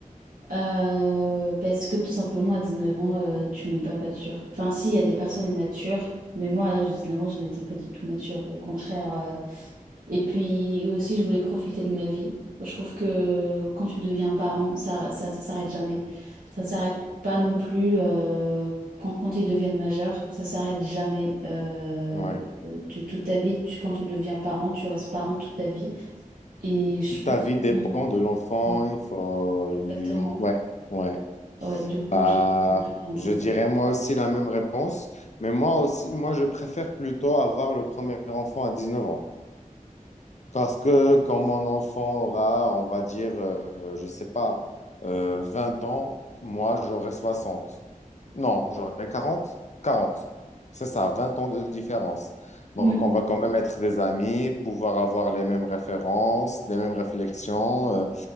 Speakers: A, on the right; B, on the left.
A: euh, parce que tout simplement, à 19 ans, euh, tu n'es pas mature. Enfin, si, il y a des personnes matures, mais moi, à l'âge de 19 ans, je n'étais pas du tout mature. Au contraire, euh, Et puis aussi, je voulais profiter de ma vie. Je trouve que quand tu deviens parent, ça, ça, ça s'arrête jamais. Ça ne s'arrête pas non plus euh, quand, quand ils deviennent majeurs. Ça s'arrête jamais. Euh,
B: Ouais.
A: tu, toute ta vie, tu- quand tu deviens parent, tu restes parent toute ta vie. Et je
B: Toute
A: trouve
B: ta vie dépend
A: que-
B: de l'enfant,
A: ouais,
B: il faut
A: exactement.
B: lui... Ouais, ouais.
A: Ouais, du coup,
B: Bah,
A: je vais dire 45
B: je dirais
A: ans.
B: moi aussi la même réponse, mais moi aussi, moi je préfère plutôt avoir le premier enfant à 19 ans. Parce que quand mon enfant aura, on va dire, euh, je sais pas, euh, 20 ans, moi j'aurai 60. Non, j'aurai quarante, quarante. C'est ça, 20 ans de différence. Donc
A: Ouais.
B: on va quand même être des amis, pouvoir avoir les mêmes références, les mêmes réflexions. euh,